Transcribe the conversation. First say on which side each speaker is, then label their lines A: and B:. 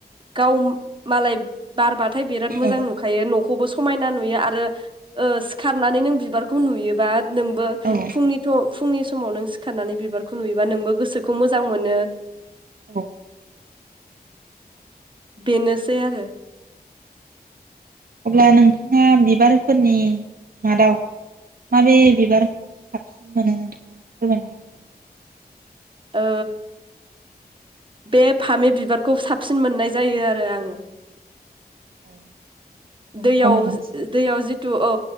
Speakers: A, on the right (about 30°); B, on the right (about 60°).
A: गाव मालाय बारबाथाय मोजां
B: औ
A: नुखायो नखौबो स समायना नुयो आरो ओ सिखारनानै नों बि बिबारखौ नुयोबा नोंबो
B: औ
A: फुंनिथ' फुंनि समाव नों सिखारनानै बिबारखौ नुयोबा नोंबो गोसोखौ मोजां मोनो
B: औ
A: बेनोसै आरो
B: अब्ला नोंथाङा बिबारफोरनि मादाव माबे बिबारखौ साबसिन मोनो नोंथाङा फोरमायनो हागोन नामा
A: ओ बे फामि बिबारखौ साबसिन मोननाय जायो आरो आङो
B: औ <unintelligible>
A: दैयाव
B: समायनासिन
A: दैयाव जि तु औ